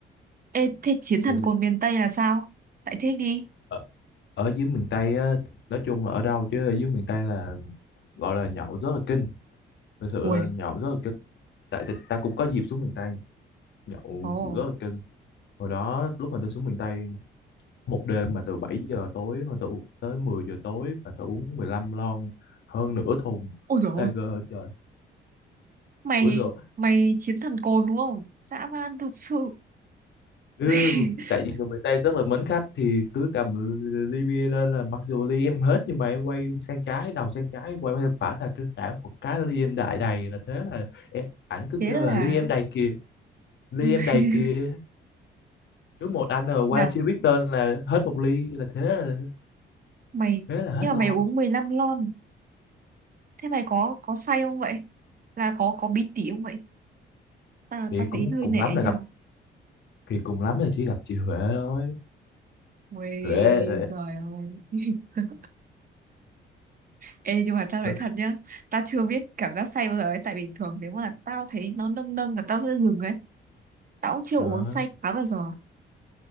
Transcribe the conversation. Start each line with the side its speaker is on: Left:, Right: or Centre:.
Right: Ê thế chiến thần
Left: thì
Right: cồn miền Tây là sao giải thích đi
Left: ở, ở dưới miền Tây á, nói chung là ở đâu chứ ở dưới miền Tây là gọi là nhậu rất là kinh thực sự
Right: ui
Left: là nhậu rất là kinh tại tại- ta cũng có dịp xuống miền Tây nhậu
Right: ồ
Left: rất là kinh hồi đó lúc mà tôi xuống miền Tây một đêm mà từ 7 giờ tối mà tôi u- tới 10 giờ tối mà tôi uống mười lăm lon hơn nửa thùng
Right: ôi dồi
Left: Tiger
Right: ôi
Left: trời
Right: mày
Left: ui rồi
Right: mày chiến thần cồn đúng không dã man thật sự
Left: cứ
Right: <laughs>
Left: tại vì người miền Tây rất là mến khách thì cứ cầm ly bia lên là mặc dù ly em hết nhưng mà em quay sang trái đầu sang trái quay qua sang phải là cứ đảo một cái ly em đại đầy là thế là em, ảnh cứ
Right: thế
Left: kêu
Right: là
Left: là ly em đầy kìa ly
Right: <laughs>
Left: em đầy kìa cứ một anh ở qua
Right: nào
Left: chưa biết tên là hết một ly là thế là
Right: mày
Left: thế là hết
Right: nhưng mà
Left: lon
Right: mày uống mười lăm lon Thế mày có có say không vậy? Là có có bí tỉ không vậy? Ta
Left: thì
Right: ta
Left: cũng
Right: thấy hơi
Left: cùng
Right: nể
Left: lắm là
Right: nha.
Left: gặp thì cùng lắm là chỉ gặp chị Huệ thôi
Right: Ui,
Left: Huệ
Right: trời ơi. <laughs> Ê, nhưng mà tao nói
Left: <laughs>
Right: thật nhá. Tao chưa biết cảm giác say bao giờ ấy. Tại bình thường nếu mà tao thấy nó nâng nâng là tao sẽ dừng ấy. Tao cũng chưa
Left: đó
Right: uống say quá bao giờ.